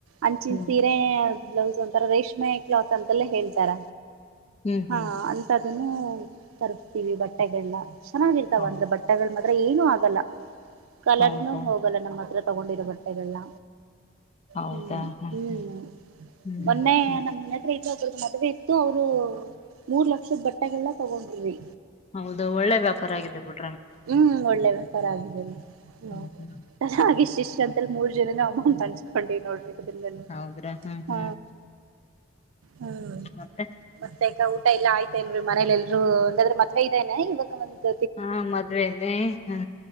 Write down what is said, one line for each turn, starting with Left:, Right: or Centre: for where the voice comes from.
Right: ಅಂಚಿನ್
Left: ಹ್ಮ್
Right: ಸೀರೆ ಅ ಬ್ಲೌಸ್ ಒಂತರ ರೇಷ್ಮೆ ಕ್ಲಾತ್ ಅಂತೆಲ್ಲೇ ಹೇಳ್ತಾರ.
Left: ಹ್ಮ್ ಹ್ಮ್
Right: ಹಾ ಅಂತ ಗನ್ನು ತರಿಸ್ತಿವಿ ಬಟ್ಟೆಗಳ್ನ ಚೆನ ತವ್
Left: ಹೌ
Right: ಅಂದ್ರೆ ಬಟ್ಟೆಗಳ್ ಮ ಅತ್ರ ಏನು ಆಗಲ್ಲ. ಕಲರ್ನು
Left: ಹೌದಾ
Right: ಹೋಗಲ್ಲ ನಮ್ ಹತ್ರ. ತಗೊಂಡಿರೊ ಬಟ್ಟೆಗಳ್ನ.
Left: ಹೌದಾ
Right: ಹ್ಮ್
Left: ಹಾ
Right: ಹ್ಮ್
Left: ಹಾ ಹ್ಮ್
Right: ಮೊನ್ನೆ
Left: ಹ್ಮ್
Right: ನಮ್ಮ್ ಮನೆ ಹತ್ರ ಇಲ್ಲೊಬ್ ಇವ್ರು ಮದ್ವೆ ಇತ್ತು ಅವ್ರು. ಮೂರ್ ಲಕ್ಷದ್ ಬಟ್ಟೆಗಳ್ನ. ತಗೊಂಡ್ವಿ
Left: ಹೌದ ಒಳ್ಳೆ ವ್ಯಾಪಾರ ಆಗಿದೆ ಬಿಡ್
Right: ಹ್ಮ್ ಒಳ್ಳೆ ವ್ಯಾಪಾರ ಆಗಿದ್ದೇರಿ ಹ್ಮ.
Left: ಹ್ಮ್ ಹ್ಮ್
Right: <unintelligible> ಇಷ್ಟ್ ಇಷ್ಟ್ ಅಂತೆಳಿ ಮೂರ್ ಜನನು ಅಮೌಂಟ್ ಹಂಚ್ ಕೊಂಡ್ರಿ ನೋಡ್ರಿ. <unintelligible>
Left: ಹೌದ್ರಾ ಹ್ಮ್
Right: ಹ್ಮ
Left: ಹ್ಮ್
Right: ಹ್ಮ್
Left: ಮತ್ತೆ
Right: ಮತ್ತೆ ಅಕ್ಕ ಊಟ ಎಲ್ಲ ಆಯ್ತ ಎಲ್ ರು ಮನೇಲ್ ಎಲ್ರು. ಹಂಗಂದ್ರೆ ಮದ್ವೆ ಇದೇನೆ ಇವಾಗ ಒಂದು.
Left: ಹಾ ಮದ್ವೆ ಇದೆ ಹ್ಮ